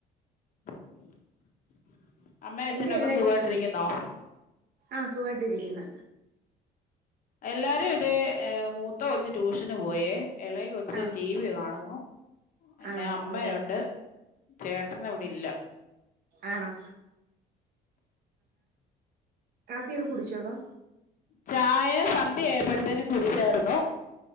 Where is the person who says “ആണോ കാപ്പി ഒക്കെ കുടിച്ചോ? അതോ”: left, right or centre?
Right